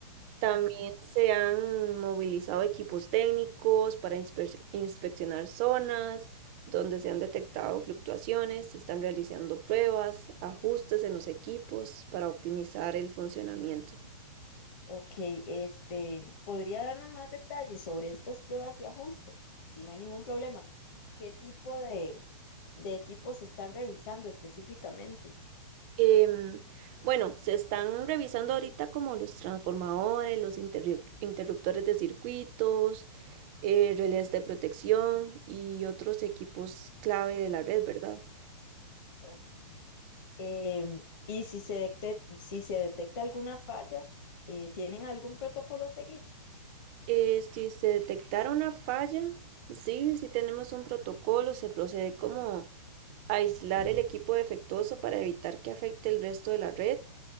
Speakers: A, on the right; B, on the left.
A: También
B: Ujú.
A: se han movilizado equipos técnicos para inspe- inspeccionar zonas donde se han detectado fluctuaciones. Se están realizando pruebas, ajustes en los equipos para optimizar el funcionamiento.
B: Ok, este, ¿podría darnos más detalles sobre estas pruebas y ajustes? Si no hay ningún problema, ¿qué tipo de, de equipos se están revisando específicamente?
A: Em, bueno, se están revisando ahorita como los transformadores, los interrup- interruptores de circuitos, eh, relés de protección y otros equipos clave de la red, ¿verdad?
B: Ok. Em, y si se detec- si se detecta alguna falla, eh, ¿tienen algún protocolo a seguir?
A: Eh, si se detectara una falla, sí, si tenemos un protocolo, se procede como a aislar el equipo defectuoso para evitar que afecte el resto de la red